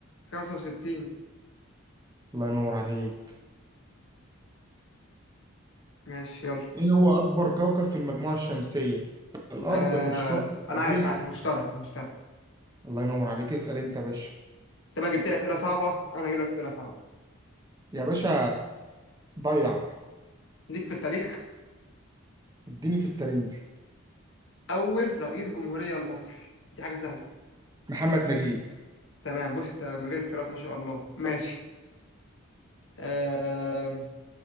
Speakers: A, on the left; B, on the right.
A: 65
B: الله ينور عليك
A: ماشي يلا
B: ايه هو أكبر كوكب في المجموعة الشمسية الأرض
A: آه
B: المشترك
A: است-
B: التاريخ
A: انا عارف عارف المشترى المشترى
B: الله ينور عليك اسأل انت يا باشا
A: انت بقى جبت لي اسئله صعبه انا هجيب لك اسئله صعبه
B: يا باشا ضيع
A: ليك في التاريخ
B: اديني في التاريخ
A: اول رئيس جمهوريه لمصر دي حاجه سهله
B: محمد نجيب
A: تمام بص انت من غير اختيارات ما شاء الله ماشي آم،